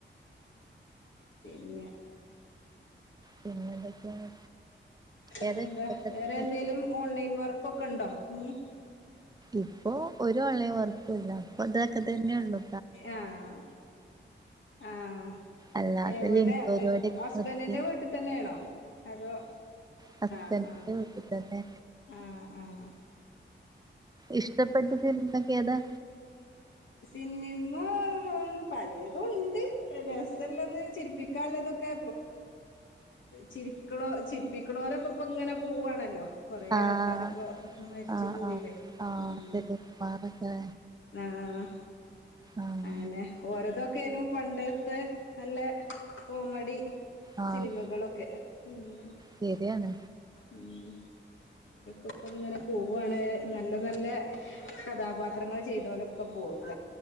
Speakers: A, on the left (about 75°); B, on the right (about 20°).
A: പിന്നെ
B: പിന്നെ എന്തൊക്കെയാണ്
A: പിന്നെ
B: ഏതാ
A: എന്താ
B: ഇഷ്ടപ്പെട്ട
A: വേറെ
B: സിനിമ
A: എന്തേലും ഓൺലൈൻ വർക്കൊക്കെ ഉണ്ടോ ഇഞ്ഞി
B: ഇപ്പൊ ഒരു ഓൺലൈൻ വർക്കുല്ല അപ്പൊ അതൊക്കെ തന്നെയ ഉള്ളൂ
A: ആഹ് ആഹ്
B: അല്ലാതെ
A: എവിടെ
B: ലിങ്ക് പരിപാടിയൊക്കെ
A: ഹസ്ബൻറിന്റെ
B: നിർത്തി
A: വീട്ടിൽ തന്നെയാണോ അതോ
B: ഹസ്ബൻ്റിൻ്റെ
A: ആഹ് ആഹ്
B: വീട്ടില് തന്നെ
A: ആഹ് ആഹ്
B: ഇഷ്ടപ്പെട്ട സിനിമക്കെ അതാ
A: സിനിമ പലതും ഉണ്ട് രസ ള്ളത് ചിരിപ്പിക്കാല്ലതൊക്കെ ചിരിക്കണോ ചിരിപ്പിക്കണോരൊക്കെ ഇപ്പം ഇങ്ങനെ പോവാണല്ലോ കൊറെ
B: ആഹ്
A: ആൾക്കാരിപ്പോ മരിച്ചു
B: ആഹ്
A: പോയില്ലേ
B: ആഹ് ആഹ്
A: ഉം
B: അതെ
A: ആഹ്
B: ആഹ്
A: അങ്ങനെ ഓരോതൊക്കെനും പണ്ടത്തെ നല്ല കോമഡി
B: ആഹ്
A: സിനിമകളൊക്കെ ഉം
B: ശരിയാണ്
A: ഉം അവരൊക്കെ ഇപ്പം ഇങ്ങനെ പോവാണ് നല്ല നല്ല കഥാപാത്രങ്ങൾ ചെയ്തോലൊക്കെ പോവുക